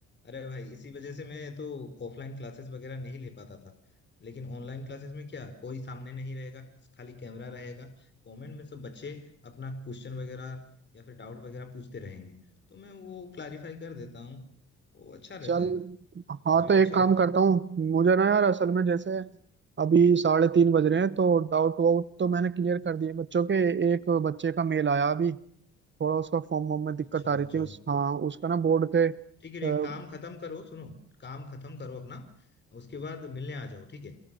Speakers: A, on the left; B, on the right.
A: अरे भाई इसी वजह से मैं तो ऑफलाइन क्लासेस वगैरह नहीं ले पाता था लेकिन ऑनलाइन क्लासेस में क्या कोई सामने नहीं रहेगा खाली कैमरा रहेगा कमेंट में सब बच्चे अपना क्वेश्चन वगैरह या फिर डाउट वगैरह पूछते रहेंगे तो मैं वो क्लारीफाई कर देता हूँ वो अच्छा रहता
B: चल
A: है
B: हाँ
A: मुझे
B: तो
A: भी अच्छा
B: एक काम
A: लगता
B: करता
A: है
B: हूँ मुझे ना यार असल में जैसे अभी साढ़े तीन बज रहे हैं तो डाउट वाउट तो मैंने क्लियर कर दिए बच्चों के एक बच्चे का मेल आया अभी थोड़ा उसका फॉर्म वॉर्म में दिक्कत
A: अच्छा
B: आ रही
A: अच्छा
B: थी उस हाँ उसका ना बोर्ड के अ,
A: ठीक है ठीक है, काम खत्म करो सुनो काम खत्म करो अपना उसके बाद मिलने आ जाओ ठीक है